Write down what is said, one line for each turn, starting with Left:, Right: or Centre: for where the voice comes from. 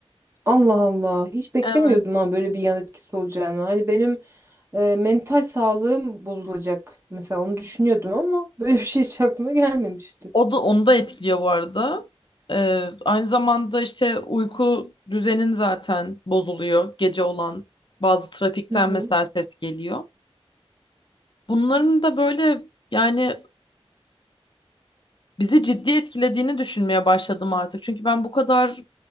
Right: Allah Allah. Hiç beklemiyordum
Left: Evet.
Right: ha böyle bir yan etkisi olacağını. Hani benim e, mental sağlığım bozulacak. Mesela onu düşünüyordum ama <laughs> böyle bir şey hiç aklıma gelmemişti.
Left: O da onu da etkiliyor bu arada. Ee, aynı zamanda işte uyku düzenin zaten bozuluyor. Gece olan bazı trafikten
Right: Hı hı.
Left: mesela ses geliyor. Bunların da böyle yani bizi ciddi etkilediğini düşünmeye başladım artık. Çünkü ben bu kadar